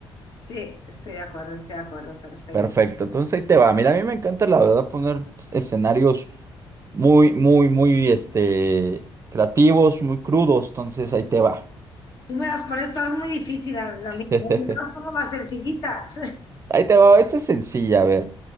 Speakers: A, on the left; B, on the right.
A: sí, estoy de acuerdo, estoy de acuerdo, perfecto.
B: Perfecto, entonces ahí te va. Mira, a mí me encanta la verdad poner escenarios muy, muy, muy, este, creativos, muy crudos, entonces ahí te va.
A: Tú me las pones todas muy difíciles, amigo.
B: <laughs>
A: Yo te las pongo más sencillitas. <laughs>
B: Ahí te va, esta es sencilla, a ver.